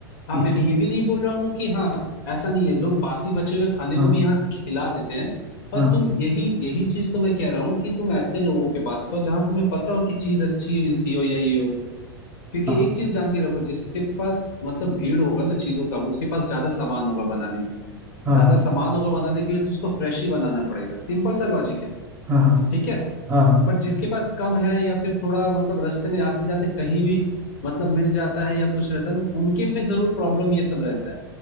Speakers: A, on the left; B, on the right.
A: हाँ मैं
B: इसमें
A: ये भी नहीं बोल रहा हूँ कि हाँ ऐसा नहीं है लोग बासी बचे हुए खाने
B: हाँ
A: को भी यहाँ खिला देते हैं पर
B: हाँ
A: तुम यही यही चीज तो मैं कह रहा हूँ कि तुम ऐसे लोगों के पास खाओ जहाँ तुम्हें पता हो कि चीज अच्छी मिलती हो या ये हो क्योंकि
B: हाँ
A: एक चीज जान के रखो जिसके पास मतलब भीड़ होगा ना चीजों का उसके पास ज्यादा सामान होगा बनाने के लिए
B: हाँ
A: ज्यादा
B: हाँ
A: सामान होगा बनाने के लिए तो उसको फ्रेश ही बनाना पड़ेगा सिंपल सा लॉजिक है
B: हाँ हाँ
A: ठीक है
B: हाँ हाँ,
A: पर जिसके पास कम है या फिर थोड़ा मतलब रास्ते में आते जाते कहीं भी मतलब मिल जाता है या कुछ रहता है तो उनके में जरूर प्रॉब्लम ये सब रहता है